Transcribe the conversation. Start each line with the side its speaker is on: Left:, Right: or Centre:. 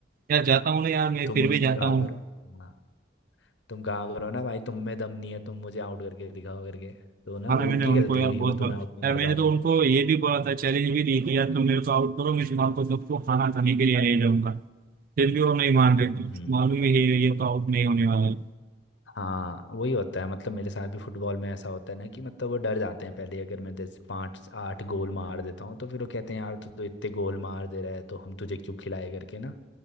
Right: यार जाता हूँ ना यार मैं
Left: तुम
Right: फिर
Left: उनको
Right: भी जाता
Left: कहा
Right: हूँ
Left: करो हाँ तुम कहा करो ना भाई तुम में दम नहीं है तुम मुझे आउट करके दिखाओ करके तो ना
Right: हाँ
Left: वो
Right: ना मैंने
Left: उनकी
Right: उनको
Left: गलती
Right: यार
Left: हुई
Right: बहुत
Left: वो
Right: बार
Left: तुम्हें आउट नहीं
Right: यार
Left: कर
Right: मैंने
Left: पा रहे
Right: तो
Left: हैं
Right: उनको ये भी बोला था चैलेंज भी दी थी यार तुम मेरे को आउट करो मैं तुम्हारे सबको खाना खाने के लिए ले जाऊंगा फिर भी वो नहीं मान रहे
Left: हम्म
Right: थे मालूम है ये ये तो आउट नहीं होने वाला है
Left: हाँ वही होता है मतलब मेरे साथ भी फुटबॉल में ऐसा होता है ना कि मतलब वो डर जाते हैं पहले ही। अगर मैं जैसे पाँच आठ गोल मार देता हूँ तो फिर वो कहते हैं यार तू तो इतने गोल मार दे रहा है तो हम तुझे क्यों खिलाए करके ना